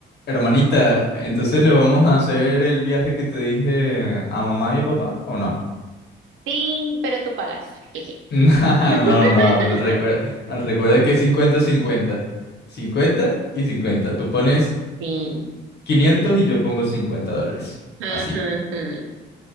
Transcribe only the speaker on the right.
Sí, pero tú pagas. Jeje.
<laughs>
Sí.
Ajá,
ajá.